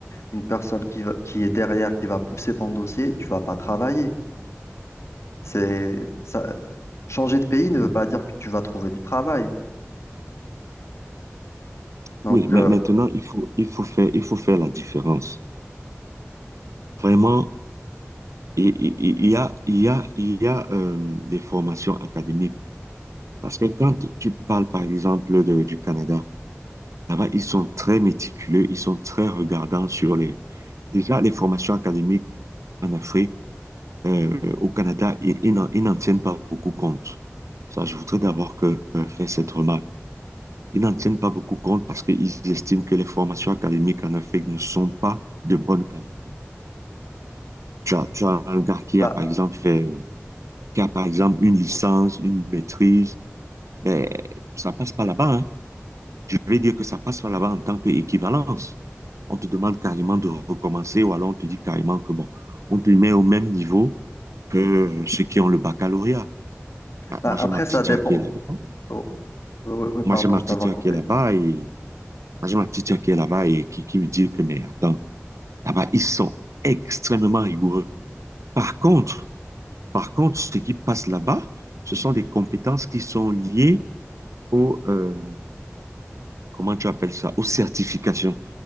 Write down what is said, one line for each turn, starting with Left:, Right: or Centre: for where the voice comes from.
Left: une personne qui va- qui est derrière, qui va pousser ton dossier, tu vas pas travailler. C'est, ça, changer de pays ne veut pas dire que tu vas trouver du travail. Donc,
Right: Oui, mais
Left: euh,
Right: maintenant, il faut, il faut faire, il faut faire la différence. Vraiment, il il- il y a, il y a, il y a euh, des formations académiques. Parce que quand tu parles, par exemple, de- du Canada, là-bas, ils sont très méticuleux, ils sont très regardants sur les... Déjà, les formations académiques en Afrique, euh, au Canada, ils, ils n'en ils n'en tiennent pas beaucoup compte. Ça, je voudrais d'abord que, euh, faire cette remarque. Ils n'en tiennent pas beaucoup compte parce qu'ils estiment que les formations académiques en Afrique ne sont pas de bonne qualité. Tu as, tu as un gars qui
Left: bah,
Right: a, par exemple, fait, qui a, par exemple, une licence, une maîtrise, ben, ça passe pas là-bas, hein. Je vais dire que ça passe pas là-bas en tant qu'équivalence. On te demande carrément de recommencer ou alors on te dit carrément que bon, on te met au même niveau que ceux qui ont le baccalauréat. Bah,
Left: bah,
Right: moi, j'ai
Left: après,
Right: ma petite
Left: ça dépend.
Right: sœur qui est là-bas.
Left: Oh, oh, oui, oui, pardon,
Right: Moi, j'ai ma
Left: je
Right: petite
Left: t'avais
Right: sœur
Left: coupé.
Right: qui est là-bas et moi, j'ai ma petite sœur qui est là-bas et qui, qui me dit que, mais attends, là-bas, ils sont extrêmement rigoureux. Par contre, par contre, ce qui passe là-bas, ce sont des compétences qui sont liées au, euh, comment tu appelles ça, aux certifications.